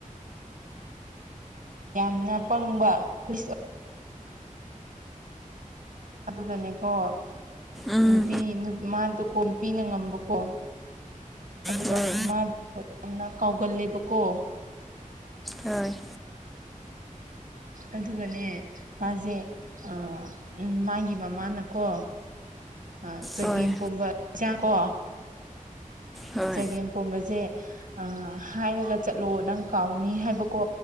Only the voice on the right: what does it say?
ꯌꯥꯝꯅ ꯄꯪꯕ <unintelligible> ꯑꯗꯨꯒꯅꯦꯀꯣ
ꯅꯨꯄꯤ ꯅꯨ ꯃꯥꯗꯨꯀꯣ ꯅꯨꯄꯤꯅ ꯉꯝꯕꯀꯣ ꯑꯗꯨꯒ
ꯃꯥ ꯌꯥꯝꯅ ꯀꯥꯎꯒꯜꯂꯦꯕꯀꯣ
ꯑꯗꯨꯒꯅꯦ ꯃꯥꯖꯦ ꯑꯥ ꯃꯥꯒꯤ ꯃꯃꯥꯅꯀꯣ ꯑꯥ ꯆꯒꯦꯝ
ꯄꯣꯝꯕ ꯆꯥꯡ ꯀꯣ
ꯆꯒꯦꯝ ꯄꯣꯝꯕꯖꯦ ꯑꯥ ꯍꯥꯏꯔꯒ ꯆꯠꯂꯣ ꯅꯪ ꯀꯥꯎꯅꯤ ꯍꯥꯏꯕꯀꯣ